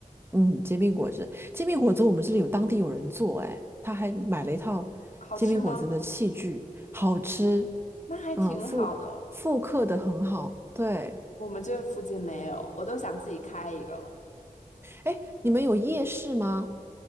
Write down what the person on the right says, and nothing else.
嗯，煎饼果子，煎饼果子我们这里有当地有人做，哎，他还买了一套煎饼果子的器具，
好吃，
嗯，复复刻的很好。对，
哎，你们有夜市吗？